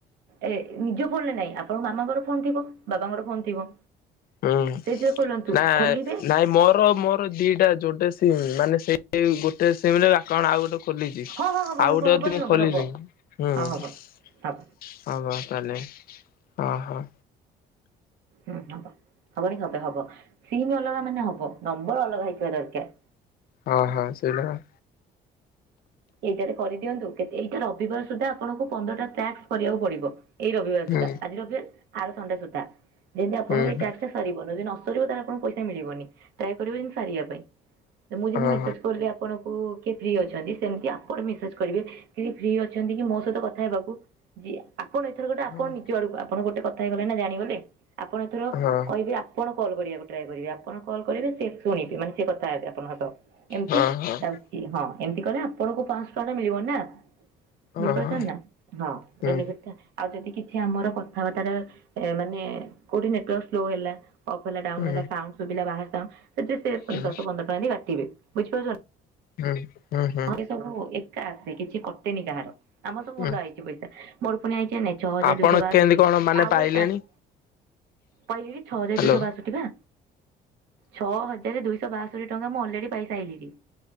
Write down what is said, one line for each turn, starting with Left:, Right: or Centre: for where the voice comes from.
Right: ଏ ନିଜ ଫୋନ ରେ ନାଇଁ ଆପଣଙ୍କ ମାମାଙ୍କର ଫୋନ ଥିବ ବାବାଙ୍କର ଫୋନ ଥିବ
Left: ହୁଁ
Right: ସେଇଥିରେ ଖୋଲନ୍ତୁ
Left: ନା
Right: ଖୋଲିବେ
Left: ନାଇଁ ମୋର ମୋର ଦିଟା ଯୋଟା ସିମ୍ ମାନେ ସେଇ ସେଇ ଗୋଟେ ସିମ୍ ରେ ଆକାଉଣ୍ଟ ଆଉ ଗୋଟେ ଖୋଲିଚି
Right: ହଁ ହଁ ହବ
Left: ଆଉ
Right: ହବ
Left: ଗୋଟେ
Right: ହବନି
Left: ଯଦି ମୁଁ
Right: କଣ
Left: ଖୋଲିିବି
Right: ପାଇଁ ହବ।
Left: ହୁଁ। ହଁ
Right: ହଁ ହବ ହବ।
Left: ବା ତାହଲେ ଅ ହ।
Right: ହୁଁ ହବ ହବନି କଣ ପାଇଁ ହବ ହବ ସିମ୍ ଅଲଗା ମାନେ ହବ। ନମ୍ବର ଅଲଗା ହୋଇଥିବା ଦରକାର।
Left: ହଁ ହଁ ସେଇଟା।
Right: ଏଇଟାରେ କରିଦିଅନ୍ତୁ କେ ଏଇଟା ରବିବାର ସୁଦ୍ଧା ଆପଣଙ୍କୁ ପନ୍ଦରଟା ଟ୍ରାକ୍ସ କରିବାକୁ ପଡିବ। ଏଇ ରବିବାର
Left: ହୁଁ
Right: ସୁଦ୍ଧା ଆଜି ରବିବାର ଆର ସଣ୍ଡେ ସୁଦ୍ଧା ଯେମିତି ଆପଣଙ୍କ
Left: ହୁଁ
Right: ଏଇ
Left: ହୁଁ
Right: ଟା ସରିବ ଜଦି ନ ନ କରିବ ତାହାନେ ଆପଣଙ୍କୁ ପଇସା ମିଳିବନି ଟ୍ରାଏ କରିବେ ଯେମିତି ସାରିବା ପାଇଁ ଏ ମୁଁ ଯେମିତି
Left: ହଁ
Right: ମେସେଜ କଲି ଆପଣ ଓ କିଏ ଫ୍ରି ଅଛନ୍ତି ସେମିତି ଆପଣ ମେସେଜ କରିବେ କି ଫ୍ରି ଅଛନ୍ତି କି ମୋ ସହିତ କଥା ହେବାକୁ ଯି ଆପଣ ଏଥର ଗୋଟେ ଆପଣ
Left: ହଁ।
Right: ନିଜ ଆଡକୁ ଆପଣ ଗୋଟେ କଥା ହେଇଗଲେଣି ନା ଜାଣିଗଲେ ଆପଣ ଏଥର
Left: ହଁ
Right: କହିବେ ଆପଣ କଲ୍ କରିବାକୁ ଟ୍ରାଏ କରିବ ଆପଣ କଲ କରିବେ ସେ ଶୁଣିବେ ମାନେ ସେ କଥା ହେବେ ଆପଣଙ୍କ ସହ। ଏମିତି
Left: ହଁ ହଁ ହଁ
Right: ଚାଲଚି ହଁ ଏମିତି କଲେ ଆପଣଙ୍କୁ ପାଞ୍ଚଶହ ଟଙ୍କା ମିଳିବ ନା। ବୁଝିପାରୁଚନ୍ତି
Left: ହଁ ହଁ
Right: ନା ହଁ
Left: ହୁଁ
Right: ବେନିଫିଟ୍ ଟା ଆଉ ଯଦି କି ଆମର କଥାବାର୍ତ୍ର ରେ ଏ ମାନେ କୋଉଠି ନେଟୱାର୍ ସ୍ଲୋ ହେଲା। ଅଫ୍ ହେଲା ଡାଉନ
Left: ହୁଁ ହୁଁ
Right: ହେଲା ସାଉଣ୍ଡ ସୁବିଲା ବାହାର ସାଉଣ୍ଡ ସେ ସେ
Left: ହୁଁ
Right: ଦଶ ପନ୍ଦର ଟଙ୍କା ଏମିତି କାଟିବେ ବୁଝିପାରୁଚ
Left: ହୁଁ ହୁଁ ହୁଁ।
Right: ହଁ ଏ ସବୁ ଏକା ଆସେ କିଛି କଟେନି କାହାର ଆମର ସବୁ
Left: ହୁଁ
Right: ଭଲ ହେଇଚି ପଇସା। ମୋର ପୁଣି ଆଇଚି ନାଇ ଛଅ ହଜାର
Left: ଆପଣ
Right: ଦୁଇଶହ ବାଶୋଠି
Left: କେମିତି କଣ ମାନେ
Right: ଆଉ
Left: ପାଇଲେଣି
Right: ଗୋଟୋ ଟାକ ପାଇଲିବି ଛଅ ହଜାର
Left: ହ୍ୟାଲୋ
Right: ଦୁଇଶହ ବାଷଠି ପା। ଛଅ ହଜାର ଦୁଇଶହ ବାଶୋଠି ଟଙ୍କା ମୁଁ ଅଲରେଡି ପାଇସାରିଲିନି।